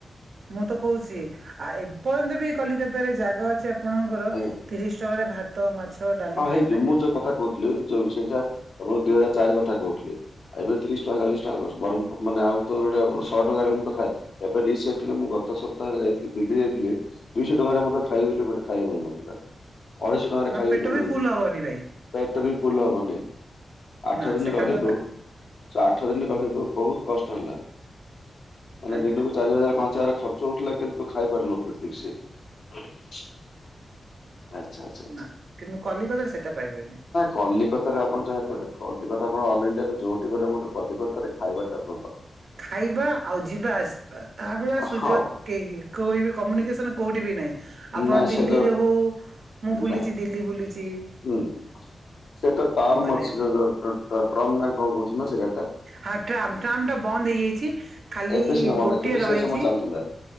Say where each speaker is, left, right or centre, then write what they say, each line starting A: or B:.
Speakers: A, on the right; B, on the left.
A: ମୁଁ ତ କହୁଛି ଆ ଏପର୍ଯ୍ୟନ୍ତ ବି କଲିକତାରେ ଜାଗା ଅଛି ଆପଣଙ୍କର
B: ଆଜ୍ଞା
A: ତିରିଶ ଟଙ୍କାରେ ଭାତ ମାଛ ଡାଲି
B: ହଁ ହେଇଯ
A: ଖାଇପାରିବେ
B: ମୁଁ ଯୋଉ କଥା କହୁଥିଲି ଯୋଉ ସେଇଟା ଆଁ ଦିଇ ହଜାର ଚାର କହୁଥିଲି ଆଉ ଏବେ ତିରିଶ ଟଙ୍କା ଚାଳିଶ ଟଙ୍କା କର ବରଂ ମାନେ ଆଉ ତ ଯୋ ଆପଣ ଶହେ ଟଙ୍କାରେ ମୁ ତ ଖାଏ। ଏବେ ରିସେଣ୍ଟଲି ମୁଁ ଗତ ସପ୍ତାହରେ ଯାଇଥିଲି ଦିଲ୍ଲୀ ଯାଇଥିଲି। ଦୁଇଶହ ଟଙ୍କାରେ ମତେ ଖାଇବି ବୋଲି ଗୋଟେ ଖାଇବାକୁ ମିଳୁନଥିଲା ଅଢେଇଶହ ଟଙ୍କାରେ
A: ନା
B: ଖାଇବି
A: ପେଟ
B: ବୋଲି
A: ବି ଫୁଲ ହବନି ଭାଇ।
B: ପେଟ୍ ବି ଫୁଲ୍ ହବନି ଆଠ
A: ନା
B: ଦିନି
A: ସେ
B: ରହିଲୁ।
A: ଖାଦ୍ୟ
B: ସେ ଆଠ ଦିନ ରହିଲୁ ବହୁତ କଷ୍ଟ ହେଲା ମାନେ
A: ଆଜ୍ଞା
B: ଦିନକୁ ଚାରି ହଜାର ପାଞ୍ଚ ହଜାର ଖ ର୍ଚ୍ଚ ହଉଥିଲା କିନ୍ତୁ ଖାଇପାରୁ ନଥିଲୁ ଠିକ୍ ସେଆଛା ଆଛା ଆଛା।
A: ନା କିନ୍ତୁ କଲିକତାରେ ସେଟା ପାଇବେନି।
B: କଲିକତାରେ ଆପଣ ଯାହା କହିଲେ କଲିକତା ଆପଣ ଅଲ ଇଣ୍ଡିଆର ଯୋଉଠି ଗଲେ ମଧ୍ୟ କଲିକତାରେ ଖାଇବାଟା ଭଲ।
A: ଖାଇବା ଆଉ ଯିବା ଆସି ତା ଭଳିଆ ସୁଯୋଗ
B: ହଁ
A: କେହି କୋଇ ବି କମ୍ୟୁନିକସନ କୋଉଠି ବି ନାହିଁ। ଆପଣ
B: ନାଇଁ ସେଇଟା
A: ଦିଲ୍ଲୀରେ ହଉ ମୁଁ ବୁଲିଛି
B: ନାଇଁ
A: ଦିଲ୍ଲୀ ବୁଲିଛି।
B: ହୁଁ ସେ ତ ଟର୍ମ
A: ମାନେ
B: ଅଛି <unintelligible> ଟ୍ରମ ନା କଣ କହୁଛନ୍ତି ନା ସେ ଗାଡ଼ି ଟା।
A: ହଁ ଟ୍ରାମ, ଟ୍ରାମ ଟା ବନ୍ଦ ହେଇଯାଇଛି ଖାଲି
B: ଏବେ ସିନା ବନ୍ଦ
A: ଗୋଟିଏ
B: କିନ୍ତୁ ସେ
A: ରହିଛି।
B: ସମୟ ଚାଲୁଥିଲା